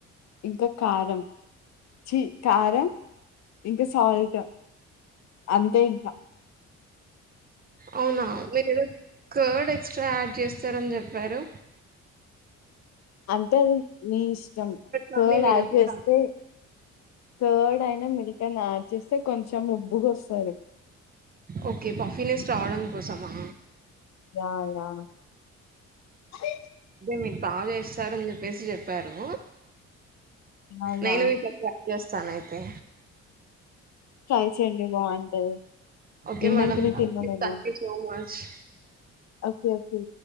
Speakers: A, on the left; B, on the right.
A: ఇంకా కారం చీ కారం ఇంకా సాల్ట్ అంతే ఇంక
B: అవునా మీరు కర్డ్ ఎక్స్ట్రా యాడ్ చేస్త స్థర్ అని చెప్పారు.
A: అంతే అది నీ ఇష్టం
B: కానీ,
A: కర్డ్
B: మిల్క్
A: యాడ్ చేస్తే
B: కానీ
A: కర్డ్ అయినా మిల్క్ అయిన యా చేస్తే కొంచమ్ ఉప్పుగ వస్తాది.
B: ఓకే పాఫినెస్ రావడం కోసమా
A: యా యా అరే
B: మీకు బాగా ఇస్తారని చెప్పేసి చెప్పారు.
A: యా
B: నేను
A: యా
B: మీక్ చెప్పలా ట్రై చేస్తాను అయితే
A: ట్రై చేయండి బాగుంటది.
B: ఓకే
A: విన్నాకనే
B: మేడం థ్యాంక్
A: తిన్నా
B: యూ
A: నేను
B: థ్యాంక్ యూ సో మచ్ చ్ఛ్.
A: Okay okay